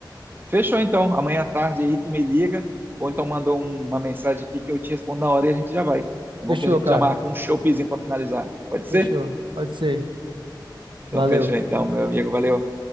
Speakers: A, on the right (about 25°); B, on the right (about 80°).
A: Fechou então. Amanhã à tarde aí tu me liga, ou então manda um- uma mensagem aqui que eu te respondo na hora e a gente já vai. Tá
B: Fechou,
A: bom? Que a gente
B: cara.
A: já marca um showzinho para finalizar. Pode
B: Fechou.
A: ser?
B: Pode ser.
A: Então
B: Valeu.
A: fechou então, meu amigo. Valeu.